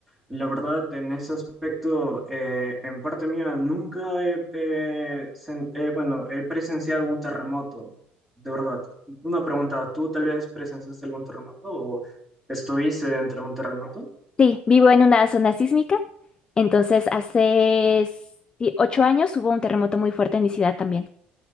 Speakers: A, in the centre; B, on the left (about 20°).
A: La verdad, en ese aspecto, eh, en parte mía, nunca he, eh, sen- eh, bueno, he presenciado un terremoto, de verdad. Una pregunta, ¿tú tal vez presenciaste algún terremoto o estuviste dentro de un terremoto?
B: Sí, vivo en una zona sísmica. Entonces, hace s- sí, ocho años hubo un terremoto muy fuerte en mi ciudad también.